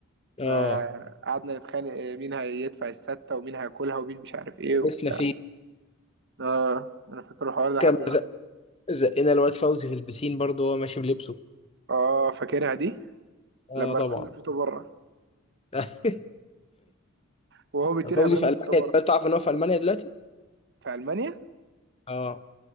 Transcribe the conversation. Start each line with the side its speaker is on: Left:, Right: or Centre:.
Left: اه
Right: فقعدنا نتخانق آه، مين هيدفع الستة ومين هياكلها ومين مش عارف ايه
Left: لبسنا
Right: وبتاع
Left: فيه
Right: اه انا فاكر الحوار ده لحد
Left: كان
Right: دلوقتي
Left: زق- زقنا الواد فوزي في البسين برضه وهو ماشي بلبسه
Right: اه فاكرها دي
Left: اه
Right: لما
Left: طبعا
Right: رمانا الفوطة بره
Left: <laughs>
Right: وهو بيطير
Left: فوزي
Right: قام رامي
Left: في المانيا
Right: الفوطة بره
Left: دلوقتي تعرف ان هو في المانيا دلوقتي
Right: في ألمانيا
Left: اه